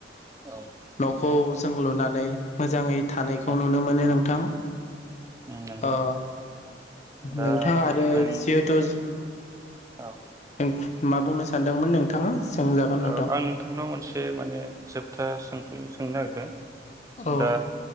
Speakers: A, on the right (about 20°); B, on the left (about 40°).
A: औ
B: न'खौ जों लुनानै मोजाङै थानायखौ
A: औ
B: नुनो मोनो नोंथां।
A: औ नंगौ
B: अ
A: नोंथां दा
B: नोंथां आरो
A: नोंथां
B: जिहेथु
A: औ
B: अ। मा बुंनो सानदोंमोन नोंथाङा? सोंजागोन नोंथां
A: औ आं नोंथांनाव मोनसे माने जोबथा सोंथ'नो सै। सोंनो नागिरदों।
B: औ
A: दा